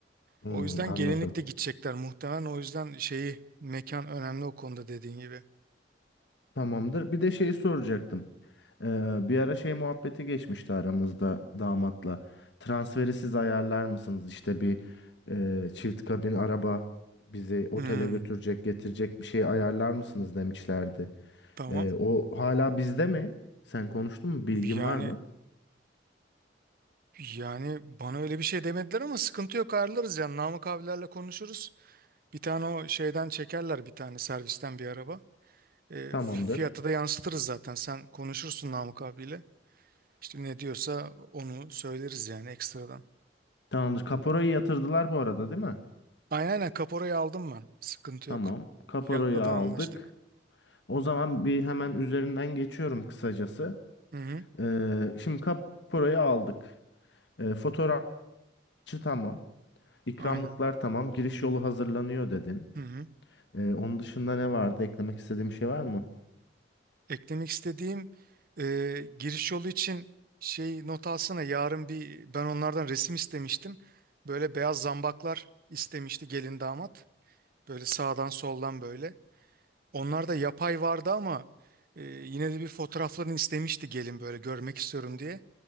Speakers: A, on the left; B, on the right.
A: Hmm,
B: O yüzden
A: anladım.
B: gelinlik de gidecekler muhtemelen. O yüzden şeyi mekan önemli o konuda dediğin gibi.
A: Tamamdır. Bir de şeyi soracaktım. Ee, bir ara şey muhabbeti geçmişti aramızda damatla. Transferi siz ayarlar mısınız? İşte bir e, çift kabin araba bizi otele
B: Hmm,
A: götürecek, getirecek bir şey ayarlar mısınız demişlerdi.
B: tamam.
A: Ee, o hala bizde mi? Sen konuştun mu? Bilgin
B: Yani
A: var mı?
B: yani bana öyle bir şey demediler ama sıkıntı yok ayarlarız yani. Namık abilerle konuşuruz. Bir tane o şeyden çekerler bir tane servisten bir araba. E, fi-
A: Tamamdır.
B: fiyatı da yansıtırız zaten. Sen konuşursun Namık abiyle. İşte ne diyorsa onu söyleriz yani ekstradan.
A: Tamamdır. Kaporayı yatırdılar bu arada, değil mi?
B: Aynen aynen kaporayı aldım ben. Sıkıntı
A: Tamam.
B: yok.
A: Kaporayı
B: Fiyatta da
A: aldık.
B: anlaştık.
A: O zaman bir hemen üzerinden geçiyorum kısacası.
B: Hı hı.
A: Ee, şimdi kaporayı aldık. Ee, fotoğrafçı tamam. İkramlıklar
B: Aynen.
A: tamam. Giriş yolu hazırlanıyor dedin.
B: Hı hı.
A: Ee, onun dışında ne vardı? Eklemek istediğim şey var mı?
B: Eklemek istediğim e, giriş yolu için şey not alsana yarın bir ben onlardan resim istemiştim. Böyle beyaz zambaklar istemişti gelin damat. Böyle sağdan soldan böyle. Onlarda yapay vardı ama e, yine de bir fotoğraflarını istemişti gelin böyle görmek istiyorum diye.